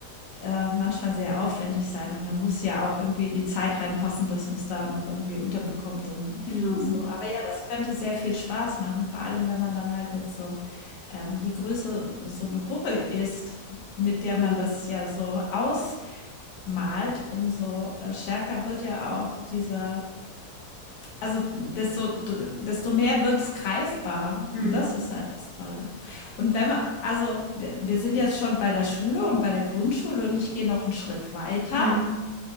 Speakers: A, on the left; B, on the left.
A: äh, manchmal sehr aufwendig sein und dann muss ja auch irgendwie in die Zeit reinpassen, dass man es da noch irgendwie unterbekommt und
B: Genau.
A: so. Aber ja, das könnte sehr viel Spaß machen, vor allem wenn man dann halt mit so, ähm, je größer so eine Gruppe ist, mit der
B: Hm.
A: man das ja so ausmalt, umso, äh, stärker wird ja auch dieser also desto, desto mehr wird's greifbar.
B: Hm.
A: Und das ist halt das Tolle. Und wenn man, also wir, wir sind jetzt schon bei der Schule und bei der Grundschule und ich gehe noch einen Schritt weiter
B: Hm.